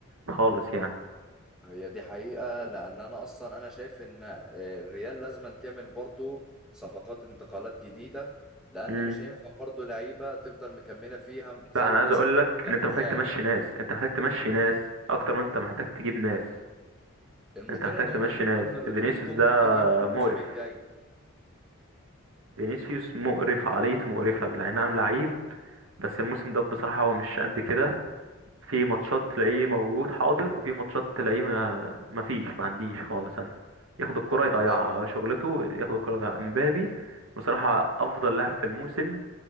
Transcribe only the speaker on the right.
خالص يعني
امم
لا انا عايز
اقول لك
ان انت محتاج تمشي ناس انت محتاج تمشي ناس اكتر ما انت محتاج تجيب ناس
انت محتاج
تمشي
ناس
فينيسيوس ده
مقرف
فينيسيوس مقرف عقليته مقرفة بالعين نعم لعيب بس الموسم ده بصراحة هو مش قد كده في ماتشات تلاقيه موجود حاضر وفي ماتشات تلاقيه ما مفيش ما عنديش خالص انا ياخد الكرة
يضيعها شغلته ياخد الكرة يضيعها امبابي بصراحة افضل لاعب في الموسم